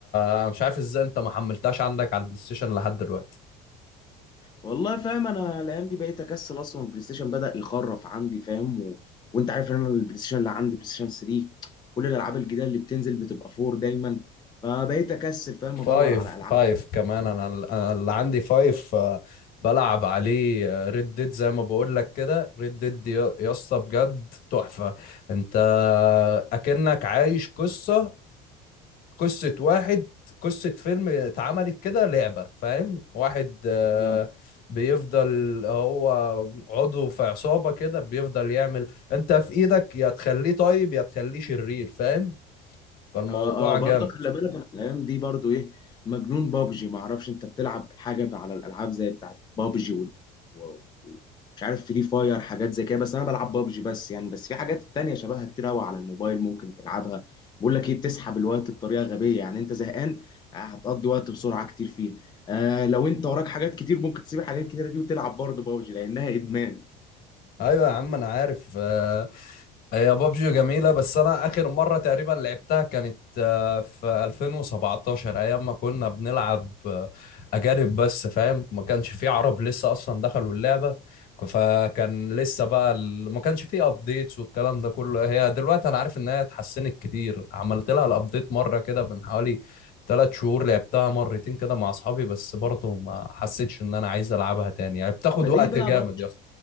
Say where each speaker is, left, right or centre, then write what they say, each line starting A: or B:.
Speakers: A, on the left; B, on the left.
A: أنا مش عارف ازاي انت ما حملتهاش عندك على البلاي ستيشن لحد دلوقتي
B: والله فاهم انا الايام دي بقيت اكسل اصلا البلاي ستيشن بدا يخرف عندي فاهم و... وانت عارف ان انا البلاي ستيشن اللي عندي بلاي ستيشن 3 كل الالعاب الجديده اللي بتنزل بتبقى 4 دايما فبقيت اكسل فاهم
A: فايف
B: ادور على العاب
A: فايف كمان انا انا اللي عندي فايف آه، بلعب عليه ريد ديد زي ما بقول لك كده ريد ديد يا يا اسطى بجد تحفة انت اكنك عايش قصة قصة واحد قصة فيلم اتعملت كده لعبة فاهم واحد آه،
B: جديدة.
A: بيفضل هو عضو في عصابة كده بيفضل يعمل انت في ايدك يا تخليه طيب يا تخليه شرير فاهم فالموضوع
B: اه اه برضه
A: جامد
B: خلي بالك أنا الايام دي برضه ايه مجنون بابجي ما اعرفش انت بتلعب حاجه على الالعاب زي بتاعت بابجي وال... و... و- مش عارف فري فاير حاجات زي كده بس انا بلعب بابجي بس يعني بس في حاجات تانية شبهها كتير قوي على الموبايل ممكن تلعبها بقول لك ايه بتسحب الوقت بطريقه غبيه يعني انت زهقان آه، هتقضي وقت بسرعه كتير فيها آه لو انت وراك حاجات كتير ممكن تسيب الحاجات الكتيره دي وتلعب برضه بابجي لانها ادمان
A: ايوه يا عم انا عارف آه، هي بابجي جميلة بس أنا آخر مرة تقريبا لعبتها كانت آه، في 2017 أيام ما كنا بنلعب آه، أجانب بس فاهم ما كانش في عرب لسه أصلا دخلوا اللعبة ك- فكان لسه بقى ال- ما كانش في أبديتس والكلام ده كله هي دلوقتي أنا عارف إنها اتحسنت كتير عملت لها الأبديت مرة كده من حوالي ثلاث شهور لعبتها مرتين كده مع أصحابي بس برضه ما حسيتش إن أنا عايز ألعبها تاني يعني بتاخد
B: فدي
A: وقت
B: بقى
A: جامد
B: بابجي
A: يا